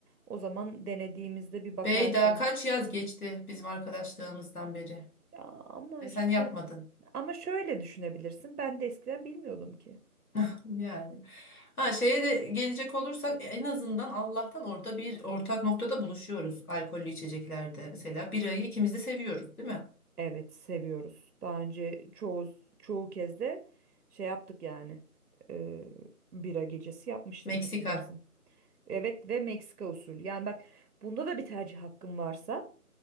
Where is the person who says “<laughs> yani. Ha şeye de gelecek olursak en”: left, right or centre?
Left